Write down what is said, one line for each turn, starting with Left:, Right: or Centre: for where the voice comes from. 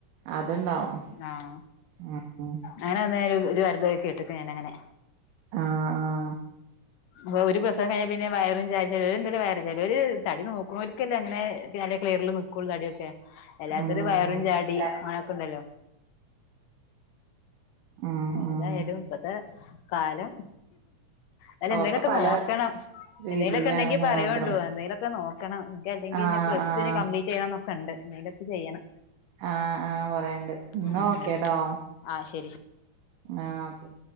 Right: അതുണ്ടാവും
Left: ആഹ
Right: ഉം ഉം
Left: അങ്ങന അന്നേ. ഒരു വരുതൊക്കെ കേട്ടക്ക്ണ് ഞാാന അങ്ങനെ.
Right: ആഹ ആഹ.
Left: അപ്പൊ ഒരു പ്രസവം കഴിഞ്ഞാൽ പിന്നെവയറും ച ചിലവര് എന്ത വേറെ ചിലവര് തടി നോക്കണോലക്കല്ലേ അങ്ങനെ നല്ല ക്ലിയറിൽ നിൽക്കുള്ളൂ തടിയൊക്കെ എല്ലാർക്കുംും
Right: ഉം
Left: വയറും ചാടിയും
Right: ല്ല.
Left: അങ്ങനെയൊക്കെ ഉണ്ടല്ലോ
Right: ഉം
Left: ഏതാലപ്പത്തെ
Right: ഉം
Left: കാലം അല്ല എന്തേങ്കലുമൊക്കെ
Right: ഒക്കെ പല
Left: നോക്കണം
Right: രീതിയിലാണ്ന്ന്
Left: എന്തേലുംക്കെ ഉണ്ടെങ്കിൽ പറയുണ്ടോ
Right: മാത്രം
Left: എന്തങ്കുംൊക്ക നോണം അെങ്ക
Right: ആഹ്
Left: പ്ലസ്
Right: ആഹ്
Left: ടുവിന് കംപലീറ്റ് ചെയ്യണം കണ്ട് നിീന്തൊക്കെ ചെയ്യണം
Right: ആഹ ആഹ പറയണ്ട് എന്നന്ന്
Left: ഉം
Right: നോക്കെട്ടോ
Left: ഉം ഉം ആഹ് ശരി ശരി
Right: ആഹ ഓെ